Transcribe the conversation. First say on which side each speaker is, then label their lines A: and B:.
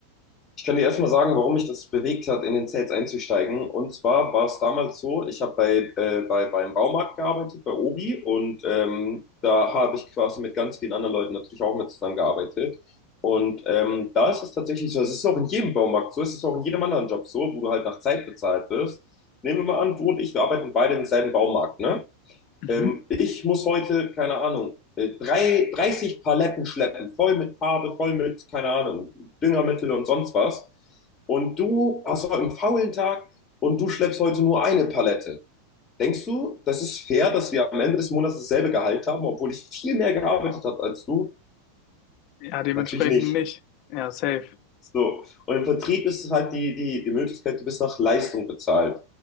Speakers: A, on the left (about 30°); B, on the left (about 45°).
A: Ich kann dir erstmal sagen, warum mich das bewegt hat, in den Sales einzusteigen. Und zwar war es damals so, ich habe bei, äh, bei, beim Baumarkt gearbeitet, bei Obi, und ähm, da habe ich quasi mit ganz vielen anderen Leuten natürlich auch mit zusammengearbeitet. Und ähm, da ist es tatsächlich so, es ist auch in jedem Baumarkt so, es ist auch in jedem anderen Job so, wo du halt nach Zeit bezahlt wirst. Nehmen wir mal an, du und ich, wir arbeiten beide im selben Baumarkt, ne?
B: Mhm.
A: Ähm, ich muss heute, keine Ahnung, äh, drei, 30 Paletten schleppen, voll mit Farbe, voll mit, keine Ahnung, Düngermittel und sonst was. Und du hast heute einen faulen Tag und du schleppst heute nur eine Palette. Denkst du, das ist fair, dass wir am Ende des Monats dasselbe Gehalt haben, obwohl ich viel mehr gearbeitet habe als du?
B: Ja, dementsprechend
A: Natürlich nicht.
B: nicht. Ja, safe.
A: So, und im Vertrieb ist es halt die, die, die Möglichkeit, du bist nach Leistung bezahlt.